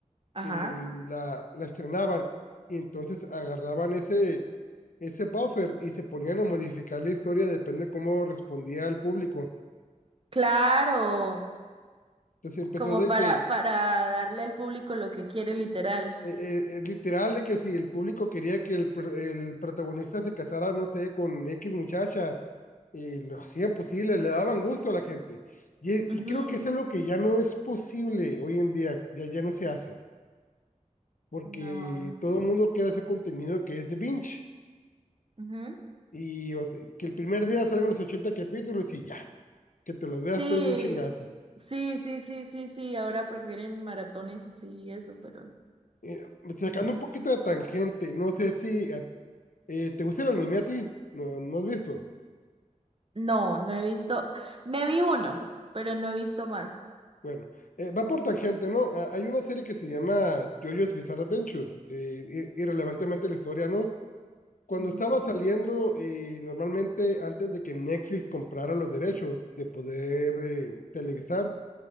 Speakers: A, on the right; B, on the left.
A: ajá,
B: eh, la, la estrenaban y entonces agarraban ese, ese buffer y se ponían a modificar la historia, depende cómo respondía al público.
A: claro.
B: Entonces empezó
A: Como
B: de
A: para,
B: que, eh,
A: para darle al público lo que quiere, literal.
B: eh, es literal, de que si el público quería que el, pr- el protagonista se casara, no sé, con X muchacha, y lo hacían posible, le daban gusto a la gente. Y,
A: Ujú.
B: y creo que es algo que ya no es posible hoy en día, ya, ya no se hace. porque
A: No.
B: todo el mundo quiere hacer contenido que es de binge
A: Ujú.
B: y o sea, que el primer día salgan los 80 capítulos y ya, que te los
A: Sí,
B: veas todos de un chingazo.
A: sí, sí, sí, sí, sí. Ahora prefieren maratones así y eso, pero
B: Eh, sacando
A: mm,
B: un poquito de tangente, no sé si eh, eh, te gusta el anime a ti, no, no has visto.
A: no, no he visto. Me vi uno, pero no he visto más.
B: Bueno, eh, va por tangente, ¿no? A- hay una serie que se llama JoJo's Bizarre Adventure, eh, i- irrelevantemente la historia, ¿no? Cuando
A: Ujú.
B: estaba saliendo, eh, normalmente antes de que Netflix comprara los derechos de poder eh, televisar,